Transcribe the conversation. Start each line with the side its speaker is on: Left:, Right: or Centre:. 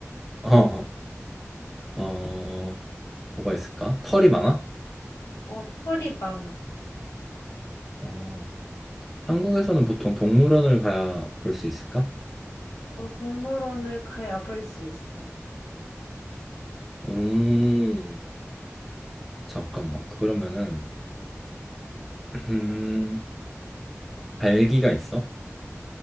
Centre: 어, <laughs> 어, 뭐가 있을까? 털이 많아?
Left: 어, 털이 많아.
Centre: 어. 한국에서는 보통 동물원을 가야 볼 수 있을까?
Left: 어, 동물원을 가야 볼 수 있어.
Centre: 음, 잠깐만. 그러면은 음, 갈기가 있어?